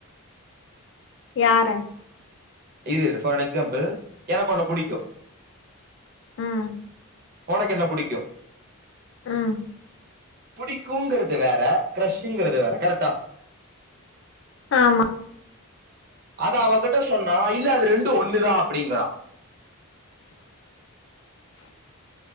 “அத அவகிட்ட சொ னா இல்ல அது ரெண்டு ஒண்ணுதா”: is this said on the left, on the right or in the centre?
Right